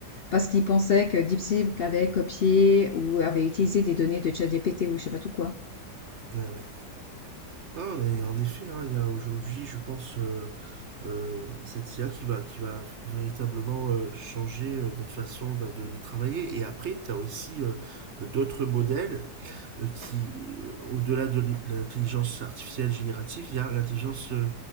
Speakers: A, on the left; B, on the right.
A: parce qu'il pensait que DeepSeek avait copié ou avait utilisé des données de ChatGPT ou je sais pas tout quoi.
B: Ouais, ouais. Non, mais en effet, hein, il y a aujourd'hui, je pense, euh, euh, cette IA qui va, qui va véritablement euh, changer euh, notre façon bah, de, de travailler. Et après, tu as aussi euh, euh, d'autres modèles euh, qui, euh, au-delà de l'i- l'intelligence artificielle générative, il y a l'intelligence euh,